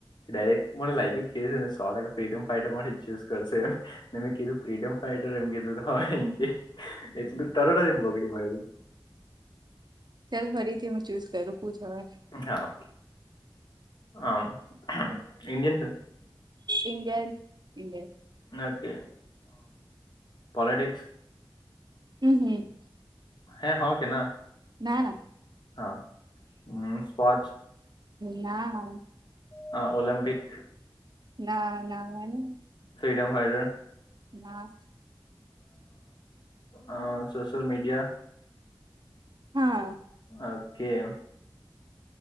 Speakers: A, on the left; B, on the right.
A: ડાયરેક મને લાઈક જ કે ફ્રીડમ ફાાઈટર માટે ચૂઝ કરશે એમને મેં કીધું ફ્રીડમ ફાાઈટર એમ કીધું તો કે એટલ તરણ જ એમ બગડી ભયેલું
B: ચાલ ફરીથી હું ચુસ કરું પુ થવાર
A: હા આમ ઇન્ડિયન છે
B: ઇન્ડ ઇન્ડ
A: ઓકે પોલીિટિક્સ
B: હમ હમ
A: હે હ કેના
B: ના ના
A: હા હમ સ્પચ
B: ના ના
A: હા ઓલમપિક
B: ના ના ના
A: ફ્રીડમ ફાઈઇટર
B: નાસ
A: હ સોશલ મીડિયા
B: હા
A: ઓકે હ